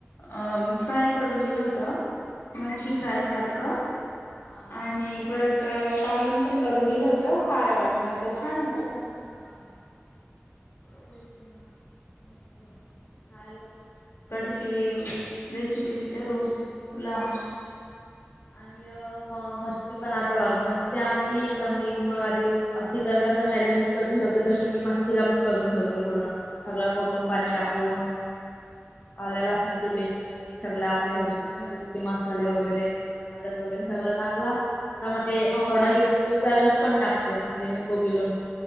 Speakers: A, on the left (about 70°); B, on the left (about 40°).
A: अ फ्राय करून दिलं होत. मच्छी
B: हा
A: फ्राय सारखं.
B: हा
A: आणि परत कालवण पण करून दिलं होत काळ्या वाटणाच छान होत. <inaudible>
B: हा तेच ना मस्त खयला.
A: अ रेसिपी विचारू.. तुला हो
B: हा ह.. मग मच्छी पण आता बघा मच्छी आणली का मी मग आधी.. चिकन कसं मॅरिनेट करून ठेवतो तशी मी मच्छीला पण करून ठेवते पूर्ण सगळं कोकम पाणी टाकू.. आल्या लसण्याच पेस्ट टाकते सगळ आपल्या घरचे घ. मसाले वगैरे हलद वगैरे सगळ टाकला त्यामध्ये थोडा
A: हो
B: लिंबूचा रस.. पण टाकते म्हणजे मेंबू पिलोून.